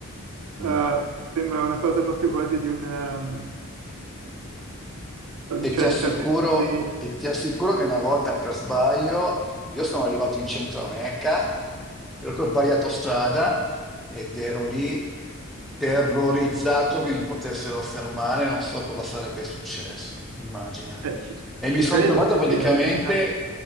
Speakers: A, in the centre; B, on the right.
A: Mm.
B: Eh, sembra una cosa proprio quasi di una...
A: E
B: cioè
A: ti assicuro,
B: di certe commedie.
A: e ti assicuro che una volta per sbaglio io sono arrivato in centro a Mecca perché ho sbagliato strada ed ero lì terrorizzato che mi potessero fermare, non so cosa sarebbe successo, immagina.
B: Eh, ci,
A: E
B: ci
A: mi sono
B: credo,
A: trovato
B: sì,
A: praticamente
B: sì, la Bibbia.